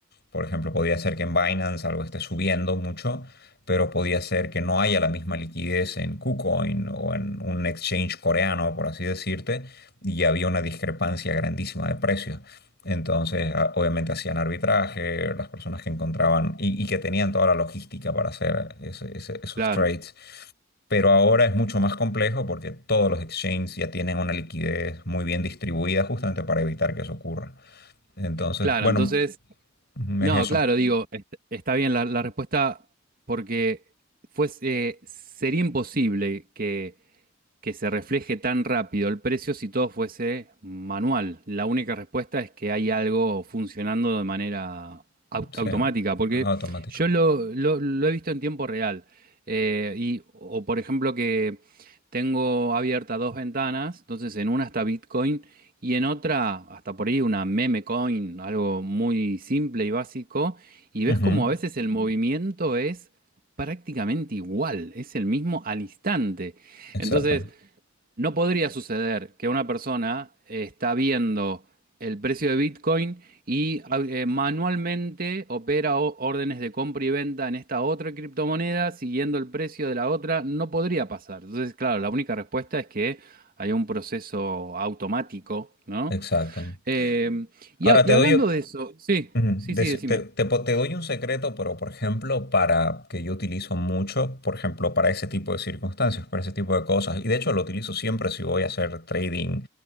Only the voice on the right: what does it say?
Claro,
claro.
Entonces,
No,
claro, digo, est- está bien la, la respuesta porque fuese- sería imposible que, que se refleje tan rápido el precio si todo fuese manual. La única respuesta es que hay algo funcionando de manera au-
automática, porque
yo lo, lo- lo he visto en tiempo real. Eh, y, o por ejemplo que tengo abiertas dos ventanas, entonces en una está Bitcoin y en otra, hasta por ahí, una meme coin, algo muy simple y básico, y
ves como a veces el movimiento es prácticamente igual, es el mismo al instante.
Entonces, no podría suceder que una persona eh, está viendo el precio de Bitcoin y ah, eh, manualmente opera o- órdenes de compra y venta en esta otra criptomoneda siguiendo el precio de la otra. No podría pasar. Entonces, claro, la única respuesta es que haya un proceso automático, ¿no?
Eh, y,
ha- y
hablando
de eso, sí,
sí,
sí,
decime.